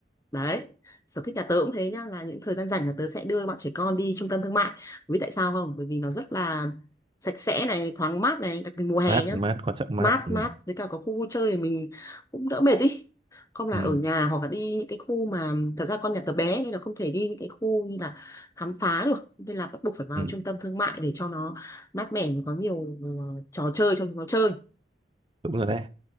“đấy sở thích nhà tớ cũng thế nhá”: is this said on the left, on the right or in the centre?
Left